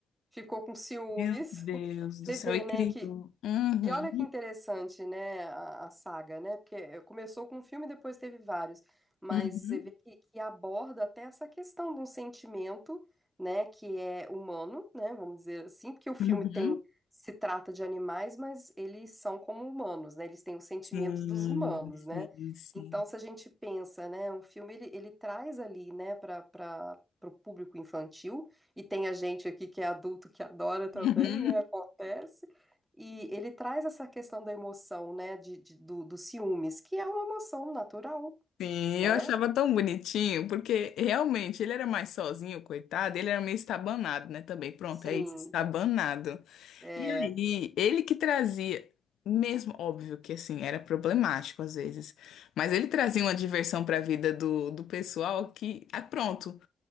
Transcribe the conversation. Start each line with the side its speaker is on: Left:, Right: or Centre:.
Right: Ficou com ciúmes.
Left: Meu Deus
Right: <laughs> Você
Left: do céu,
Right: vê,
Left: e
Right: né,
Left: criou.
Right: que
Left: Uhum,
Right: e olha que interessante, né, a, a saga, né? Porque eh, começou com um filme, depois teve vários, mas
Left: uhum,
Right: você vê que, que aborda até essa questão de um sentimento, né, que é humano, né, vamos dizer assim, porque o filme
Left: uhum.
Right: tem se trata de animais, mas eles são como humanos, né? Eles têm o sentimento
Left: Sim,
Right: dos humanos,
Left: sim,
Right: né?
Left: sim.
Right: Então, se a gente pensa, né, o filme ele, ele traz ali, né, para para o público infantil, e tem a gente aqui que é adulto que adora também,
Left: <laughs>
Right: né? Acontece. E ele traz essa questão da emoção, né, de, de- do, dos ciúmes, que é uma emoção natural,
Left: Sim,
Right: né?
Left: eu achava tão bonitinho, porque realmente ele era mais sozinho, coitado, ele era meio estabanado, né, também. Pronto,
Right: Sim,
Left: é isso, estabanado.
Right: é,
Left: E aí, ele que trazia, mesmo óbvio que assim, era problemático às vezes, mas ele trazia uma diversão para a vida do, do pessoal que, ah, pronto,